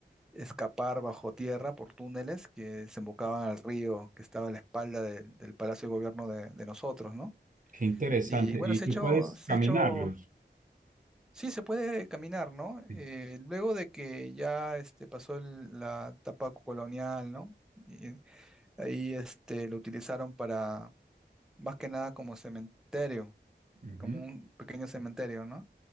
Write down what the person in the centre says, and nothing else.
escapar bajo tierra por túneles que se embocaban al río que estaba a la espalda del del Palacio de Gobierno de, de nosotros, ¿no?
Y bueno,
se
ha hecho,
se
ha hecho Sí, se puede caminar, ¿no?
Eh, luego de que ya este, pasó el- la etapa colonial, ¿no? Y ahí este, lo utilizaron para, más que nada, como cementerio,
como un pequeño cementerio, ¿no?